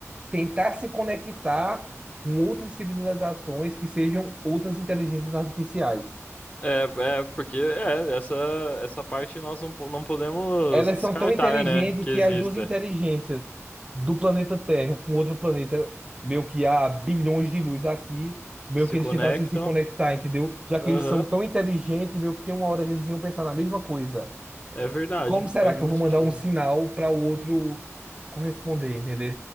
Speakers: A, on the right; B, on the left.
A: tentar se conectar com outras civilizações que sejam outras inteligências artificiais.
B: É, é porque é, essa essa parte nós não, po- não podemos
A: Elas
B: descartar,
A: são tão inteligentes
B: né, que
A: que
B: exista.
A: as duas inteligências do planeta Terra com outro planeta, meio que há bilhões de luz aqui, meio
B: Se
A: que eles
B: conectam.
A: tentassem se conectar, entendeu? Já que
B: Aham,
A: eles são tão inteligentes, meio que tem uma hora que eles iam pensar na mesma coisa.
B: é verdade,
A: Como será
B: faz
A: que
B: muito
A: eu vou mandar
B: sentido.
A: um sinal para o outro corresponder, entendeu?